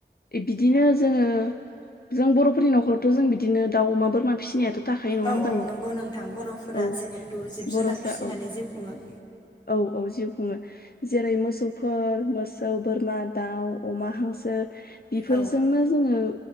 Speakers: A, on the left; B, on the left.
A: बिदिनो जोङो जों बर'फोरनि न'खरावथ' जों बिदिनो दाउ अमा बोरमा फिसिनायाथ' थाखायो नङा
B: औ
A: होमबा
B: औ नंगौ नोंथां बर'फोरा
A: औ
B: जिहेथु जिब
A: बर'फ्रा
B: जुनार फिसिनानै
A: औ
B: जिउ खुङो।
A: औ औ जिउ खुङो जेरै मोसौफोर, मोसौ, बोरमा, दाउ, अमा, हांसो बेफोरजोंनो
B: औ
A: जोङो